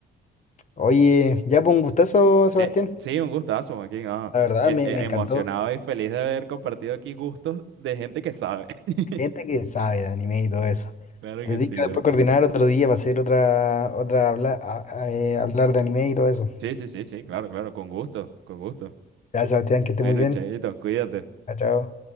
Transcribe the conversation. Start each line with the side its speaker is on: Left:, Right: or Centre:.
Left: Oye, ya fue un gustazo, Sebastián.
Right: Eh, sí, un gustazo, Joaquín. ah.
Left: La verdad,
Right: Eh,
Left: me,
Right: eh,
Left: me
Right: emocionado
Left: encantó.
Right: y feliz de haber compartido aquí gustos de gente que sabe. <laughs>
Left: Gente que sabe de anime y todo eso.
Right: Claro
Left: Te
Right: que
Left: tienes
Right: sí,
Left: que
Right: claro
Left: después
Right: que
Left: coordinar
Right: sí.
Left: otro día para hacer otra, otra habla- a- a- eh, hablar de anime y todo eso.
Right: Sí, sí, sí, sí, claro, claro, con gusto, con gusto.
Left: Ya, Sebastián, que esté
Right: Bueno,
Left: muy bien.
Right: chaito, cuídate.
Left: Chao, chao.